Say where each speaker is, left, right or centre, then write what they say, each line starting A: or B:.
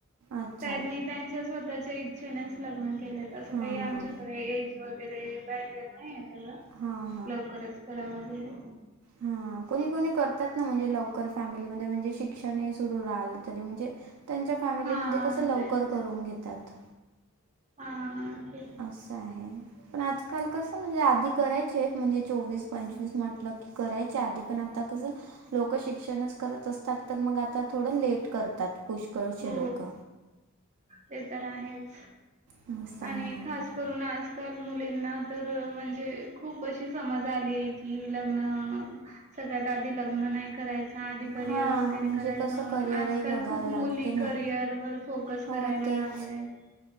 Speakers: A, on the right; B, on the right.
A: अच्छा
B: त्यांनी त्यांच ते स्वतःच्या इच्छेनेच लग्न केलेत असं
A: हां
B: काही
A: हां.
B: आमच्याकडे एज वगैरे बॅरियर नाही आहे तेवढ
A: हां
B: लवकरच करा वगैरे
A: हा कोणी कोणी करतात ना म्हणजे लवकर फॅमिलीमध्ये म्हणजे शिक्षण सुरू राहलं तरी म्हणजे त्यांच्या फॅमिलीमध्ये
B: हा
A: कस लवकर
B: तेच
A: करून घेतात
B: हा हा ते
A: असं आहे पण आजकाल कसं म्हणजे आधी करायचे म्हणजे चोवीस पंचवीस म्हटलं करायच्या आधी पण आता कसं लोक शिक्षणच करत असतात तर मग आता थोडं लेट करतात पुष्कळसे
B: हो
A: लोक
B: ते तर आहेच
A: असं आहे
B: आणि खास करून आजकाल मुलींना तर म्हणजे खूप अशी समज आली आहे की लग्न सगळ्यात आधी लग्न नाही करायच, आधी करिअर
A: हां
B: वगैरे
A: म्हणजे
B: करायचा
A: कसं
B: म्हणून
A: करिअरही
B: आजकाल
A: बघावं
B: खूप
A: लागते
B: मुली
A: ना
B: करिअर वर फोकस
A: हो
B: करायला
A: तेच
B: लागलेत